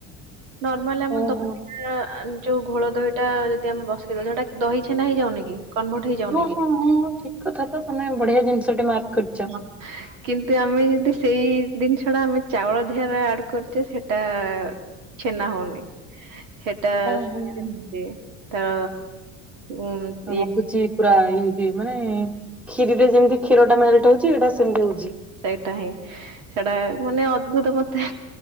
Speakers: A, on the right; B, in the centre.
A: ନର୍ମାଲ ଆମର
B: ଓହୋ
A: ଦହି ଟା ଆଁ ଘୋଳ ଦହିଟା ଯଦି ଆମେ ବସେଇ ଦଉଚେ ସେଇଟା ଦହି ଛେନା ହେଇଯାଉନି କି? କନଭର୍ଟ ହେଇଯାଉନି
B: ହଁ
A: କି
B: ହଁ ହଁ ଠିକ କଥା ତ ତମେ ବଢ଼ିଆ ଜିନିଷ ଟେ ମାର୍କ କରିଛ।
A: ହଁ। କିନ୍ତୁ ଆମେ ଯଦି ସେଇ ଜିନିଷ ଟା ଆମେ ଚାଉଳ ଦେହରେ ଆଡ କରୁଛେ ସେଟା। ଛେନା ହଉନି ସେଟା
B: ହଁ
A: ସେ
B: ହଁ।
A: ତାର ଉଁ ଇଏ
B: ରହୁଚି ପୁରା ଏଇ ଏଇ ମାନେ କ୍ଷୀରିରେ ଯେମିତି କ୍ଷୀର ଟା ମେଲଟ୍ ହୋଉଚି ସେଇଟା ସେମିତି ହୋଉଚି।
A: ସେଇଟା ହିଁ ସେଟା ମାନେ ଅଦ୍ଭୁତ ମତେ